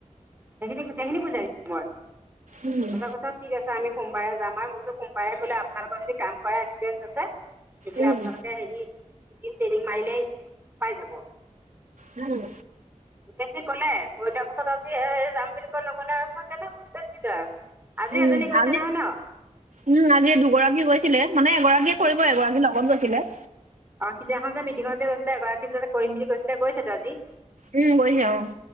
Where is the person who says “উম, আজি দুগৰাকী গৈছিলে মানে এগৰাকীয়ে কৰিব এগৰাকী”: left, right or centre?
Right